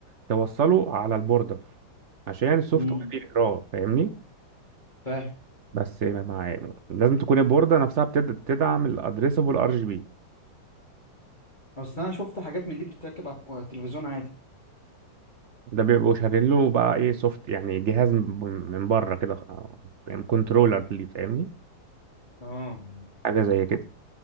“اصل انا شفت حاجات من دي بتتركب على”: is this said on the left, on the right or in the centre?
Left